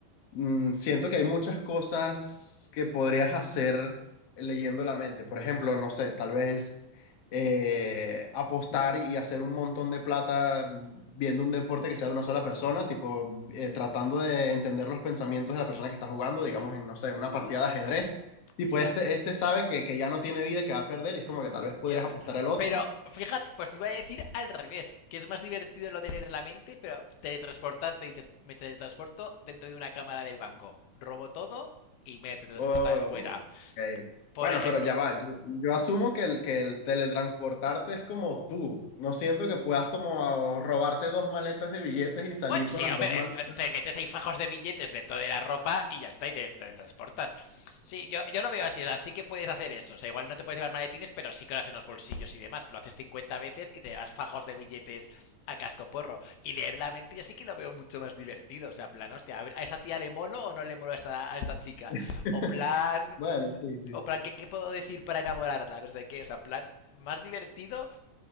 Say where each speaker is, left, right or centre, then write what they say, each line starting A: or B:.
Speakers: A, on the left; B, on the left.
A: Mm, siento que hay muchas cosas que podrías hacer leyendo la mente. Por ejemplo, no sé, tal vez eh, apostar y hacer un montón de plata viendo un deporte que sea de una sola persona, tipo eh, tratando de entender los pensamientos de la persona que está jugando, digamos, en, no sé, una
B: Uf,
A: partida de ajedrez. Tipo,
B: ya. yeah.
A: este,
B: Ya
A: este sabe que, que ya no tiene vida, que va a perder, y es como que tal vez podrías
B: yeah, pues.
A: apostar al otro
B: Pero fíjate, pues te iba a decir al revés, que es más divertido lo de leer la mente, pero teletransportarte, dices, me teletransporto dentro de una cámara del banco, robo todo y me teletransporto
A: Oh,
B: otra vez fuera.
A: ok.
B: Por
A: Bueno,
B: ejemplo,
A: pero ya va. Yo, yo asumo que el, que el teletransportarte es como tú. No siento que puedas como a- robarte dos maletas de billetes y salir
B: Bueno, sí,
A: con las
B: hombre,
A: dos maletas.
B: eh, te metes ahí fajos de billetes dentro de la ropa y ya está, y te, te transportas. Sí, yo, yo lo veo así, o sea, sí que puedes hacer eso. O sea, igual no te puedes llevar maletines, pero sí que lo haces en los bolsillos y demás. Lo haces 50 veces y te llevas fajos de billetes a cascoporro Y leer la mente yo sí que lo veo mucho más divertido. O sea, plan, hostia, a ver, ¿a esta tía le molo o no le molo a esta, a esta chica?
A: <laughs>
B: O plan,
A: Bueno, sí, sí.
B: o plan, ¿qué, qué puedo decir para enamorarla? No sé qué, o sea, plan, más divertido